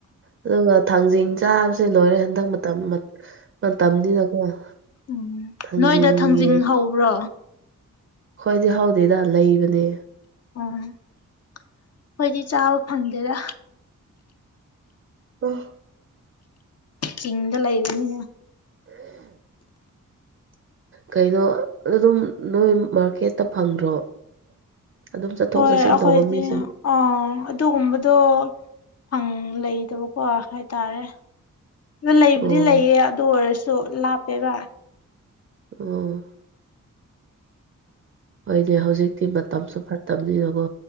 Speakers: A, on the right; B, on the left.
A: ꯑꯗꯨꯒ ꯊꯥꯡꯖꯤꯡ ꯆꯥꯕꯁꯦ ꯂꯣꯏꯔꯦ ꯍꯟꯗꯛ ꯃꯇꯝ ꯃꯇꯝꯅꯤꯅꯀꯣ <inaudible>
B: ꯎꯝ
A: ꯊꯥꯡꯖꯤꯡꯒꯤ
B: ꯅꯣꯏꯗ ꯊꯥꯡꯖꯤꯡ ꯍꯧꯕ꯭ꯔꯣ
A: ꯈꯣꯏꯗꯤ ꯍꯧꯗꯦꯗ ꯂꯩꯕꯅꯦ
B: ꯎꯝ ꯑꯩꯈꯣꯏꯗꯤ ꯆꯥꯕ ꯐꯪꯗꯦꯗ
A: ꯑꯥ
B: ꯆꯤꯡꯗ ꯂꯩꯕꯅꯤꯅ
A: ꯀꯩꯅꯣ ꯑꯗꯨꯝ ꯅꯣꯏ ꯃꯥꯔꯀꯦꯠꯇ ꯐꯪꯗ꯭ꯔꯣ ꯑꯗꯨꯝ ꯆꯠꯊꯣꯛ
B: ꯍꯣꯏ
A: ꯆꯠꯁꯤꯟ
B: ꯑꯩꯈꯣꯏꯗꯤ
A: ꯇꯧꯕ ꯃꯤꯁꯤꯡ
B: ꯑꯥ ꯑꯗꯨꯒꯨꯝꯕꯗꯣ ꯪꯐꯪꯪ ꯂꯩꯗꯕꯀꯣ ꯍꯥꯏꯇꯥꯔꯦ ꯑꯥ ꯂꯩꯕꯨꯗꯤ
A: ꯑꯣ
B: ꯂꯩꯌꯦ ꯑꯗꯨ ꯑꯣꯏꯔꯁꯨ ꯂꯥꯞꯄꯦꯕ
A: ꯑꯥ ꯑꯩꯈꯣꯏꯗꯤ ꯍꯧꯖꯤꯛꯇꯤ ꯃꯇꯝꯁꯨ ꯐꯠꯇꯕꯅꯤꯅꯀꯣ